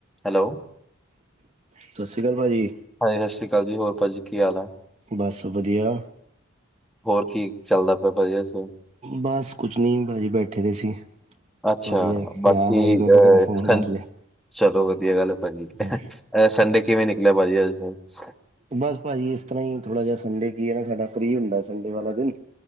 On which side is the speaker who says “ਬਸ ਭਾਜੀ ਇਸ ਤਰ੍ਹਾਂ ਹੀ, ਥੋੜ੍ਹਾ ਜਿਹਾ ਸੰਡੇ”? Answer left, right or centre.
Right